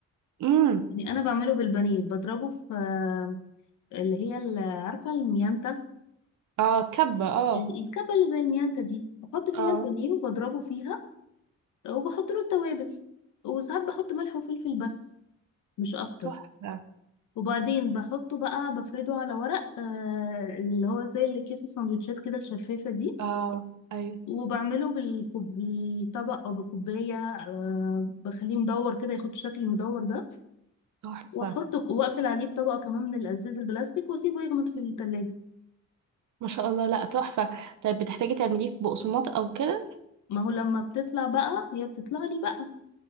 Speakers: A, on the right (about 75°); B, on the left (about 75°).
A: امم
B: يعني انا بعمله بالبانيه بضربه في آه، اللي هي ال- عارفه الميانتا
A: اه كبه اه
B: ال- الكبه اللي زي الميانتا دي بحط فيها
A: اه
B: البانيه وبضربه فيها وبحط له التوابل وساعات بحط ملح وفلفل بس مش اكتر
A: تحفه
B: وبعدين بحطه بقى بفرده على ورق آه اللي هو زي اللي كيس السندوتشات كده الشفافه دي
A: اه ايوه
B: وبعمله بالكوب- بالطبق او بالكوبايه آه بخليه مدور كده ياخد الشكل المدور ده
A: تحفه
B: واحطه واقفل عليه بطبقه كمان من الازاز البلاستيك واسيبه يغمض في التلاجة
A: ما شاء الله لا تحفه طيب بتحتاجي تعمليه في بقسماط او كده
B: ما هو لما بتطلع بقى هي بتطلع لي بقى